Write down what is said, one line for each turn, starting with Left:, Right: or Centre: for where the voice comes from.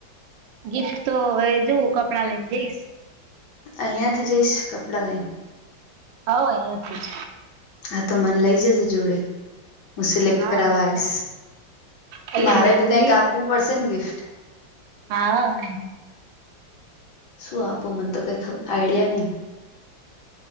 Right: ગિફ્ટ તો હવે જોવું કપડાં લઈને જઈશ.
Left: અહિયાંથી જઈશ કપડા લઈને.
Right: હવ અહિયાંથી જ.
Left: હા તો મને લઇ જજે જોડે. હું સિલેક્ટ
Right: હા
Left: કરાવવા
Right: હા
Left: આવીશ
Right: જો પેલી
Left: મારે બી
Right: તુંઈ
Left: કઈક આપવું પડશે ને ગિફ્ટ.
Right: હા.
Left: શું આપો મને તો કઈ આઈડિયા નઈ.